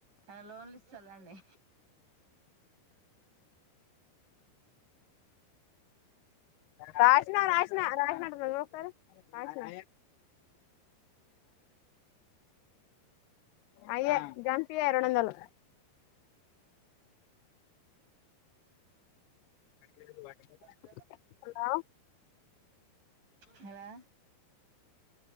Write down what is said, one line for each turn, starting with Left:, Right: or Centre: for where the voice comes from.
Right: ఆ లోన్లి ఇస్తాలాండి
Left: రాసిన-రాసిన రాసిన అంటే అట్ట చూస్తారు రాసిన అయ్యే జంపియ్యే రెండొందలు <unintelligible>
Right: <inaudible> <unintelligible>
Left: హలో
Right: హలో